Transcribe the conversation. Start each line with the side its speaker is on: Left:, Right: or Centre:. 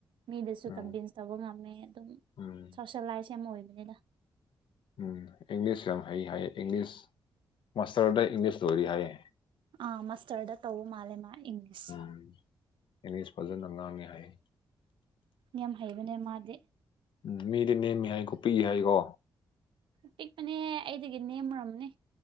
Right: ꯃꯤꯗꯁꯨ
Left: ꯎꯝ
Right: ꯀꯟꯚꯤꯟꯁ ꯇꯧꯕ ꯉꯝꯃꯦ ꯑꯗꯨꯝ
Left: ꯎꯝ
Right: ꯁꯣꯁꯦꯂꯥꯏꯁ ꯌꯥꯝ ꯑꯣꯏꯕꯅꯦꯗ
Left: ꯎꯝ ꯏꯪꯂꯤꯁ ꯌꯥꯝ ꯍꯩ ꯍꯥꯏꯌꯦ ꯏꯪꯂꯤꯁ ꯃꯥꯁꯇꯔꯗ ꯏꯪꯂꯤꯁ ꯂꯣꯏꯔꯤ ꯍꯥꯏꯌꯦ
Right: ꯑ ꯃꯁꯇꯔꯗ ꯇꯧꯕ ꯃꯥꯜꯂꯦ ꯃꯥ ꯏꯪꯂꯤꯁ
Left: ꯎꯝ ꯏꯪꯂꯤꯁ ꯐꯖꯅ ꯉꯥꯡꯉꯦ ꯍꯥꯏꯌꯦ
Right: ꯌꯥꯝ ꯍꯩꯕꯅꯦ ꯃꯥꯗꯤ
Left: ꯎꯝ ꯃꯤꯗꯤ ꯅꯦꯝꯃꯤ ꯍꯥꯏꯀꯣ ꯄꯤꯛꯏ ꯍꯥꯏꯀꯣ
Right: ꯄꯤꯛꯄꯅꯦ ꯑꯩꯗꯒꯤ ꯅꯦꯝꯔꯝꯅꯤ